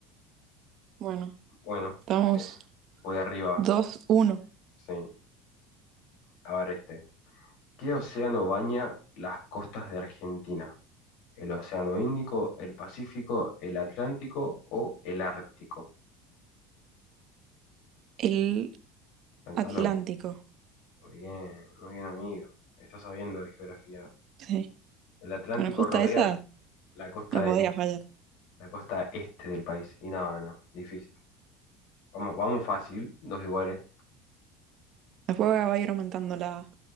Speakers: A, on the right; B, on the left.
A: Bueno,
B: Bueno,
A: estamos
B: eh, voy arriba.
A: dos uno
B: Sí. A ver este. ¿Qué océano baña las costas de Argentina? ¿El océano Índico, el Pacífico, el Atlántico o el Ártico?
A: El
B: Pensalo,
A: Atlántico.
B: eh. Muy bien, muy bien, amigo. Estás sabiendo de geografía.
A: Sí.
B: El Atlántico
A: Bueno, justo
B: rodea
A: esa
B: La costa
A: no
B: del
A: podía
B: este,
A: fallar.
B: la costa este del país. Y nada, no, difícil. Vamos, vamos fácil, dos iguales,
A: Después va a ir aumentando la,